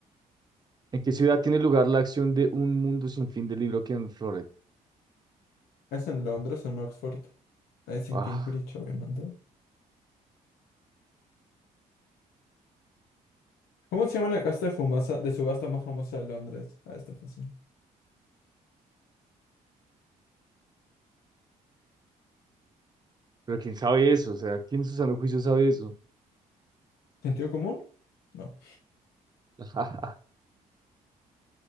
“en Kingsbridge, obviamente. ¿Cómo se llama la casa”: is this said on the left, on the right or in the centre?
Left